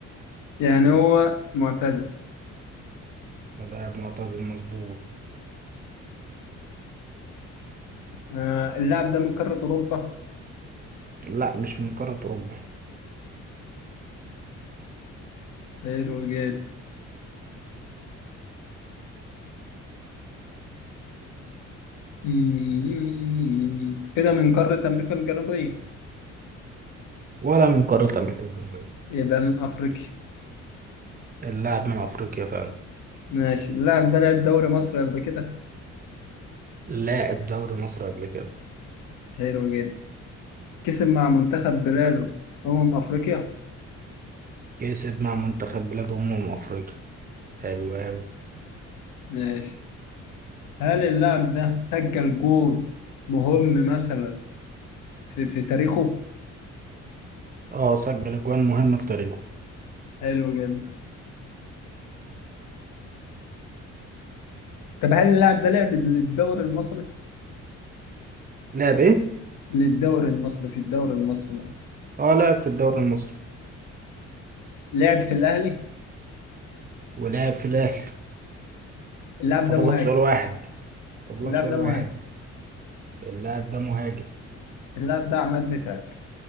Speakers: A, on the left (about 90°); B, on the right (about 30°).
A: يعني هو معتزل
B: اللاعب معتزل مظبوط
A: آه اللاعب ده من قارة أوروبا
B: لا مش من قارة أوروبا
A: حلو جدا مم. كده من قارة أمريكا الجنوبية
B: ولا من قارة أمريكا الجنوبية
A: يبقى من أفريقيا
B: اللاعب من أفريقيا فعلا
A: ماشي اللاعب ده لعب دوري مصر قبل كده
B: لاعب دوري مصر قبل كده
A: حلو جدا كسب مع منتخب بلاده أمم أفريقيا
B: كسب مع منتخب بلاد أمم أفريقيا حلو أوي
A: ماشي هل اللاعب ده سجل جول مهم مثلا في, في تاريخه؟
B: اه سجل أجوان مهمة في تاريخه
A: حلو جدا طب هل اللاعب ده لعب للدوري المصري؟
B: لاعب إيه؟
A: للدوري المصري في الدوري المصري يعني
B: اه لاعب في الدوري المصري
A: لعب في الأهلي؟
B: ولعب في الأهلي
A: اللاعب
B: فاضل
A: ده مهاجم
B: لك سؤال واحد فاضل
A: اللاعب
B: لك سؤال
A: ده
B: واحد
A: مهاجم
B: اللاعب ده مهاجم
A: اللاعب ده عماد متعب